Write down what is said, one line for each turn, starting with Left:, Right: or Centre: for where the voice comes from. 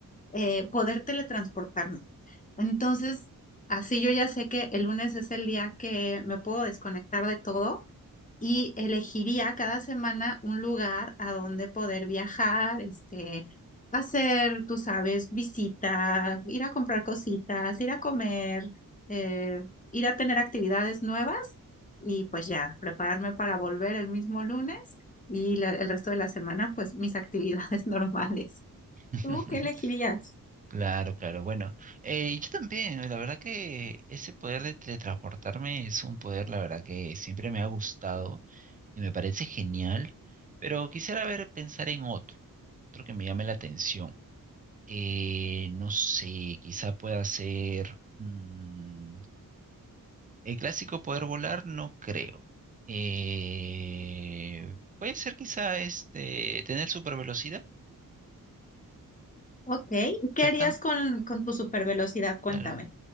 Left: eh, poder teletransportarme. Entonces, así yo ya sé que el lunes es el día que me puedo desconectar de todo y elegiría cada semana un lugar a donde poder viajar, este, hacer, tú sabes, visita, ir a comprar cositas, ir a comer, eh, ir a tener actividades nuevas y pues ya, prepararme para volver el mismo lunes y la- el resto de la semana, pues mis actividades <laughs> normales.
Right: <laughs>
Left: ¿Tú qué elegirías?
Right: Claro, claro. Bueno, eh, yo también, la verdad que ese poder de teletransportarme es un poder, la verdad que siempre me ha gustado y me parece genial, pero quisiera ver, pensar en otro, otro que me llame la atención. Eh, no sé, quizá pueda ser mm, el clásico poder volar, no creo. Eh, puede ser quizá este, tener super velocidad,
Left: Ok, ¿y ¿qué
Right: ser
Left: harías
Right: tan,
Left: con, con tu supervelocidad? Cuéntame.
Right: claro,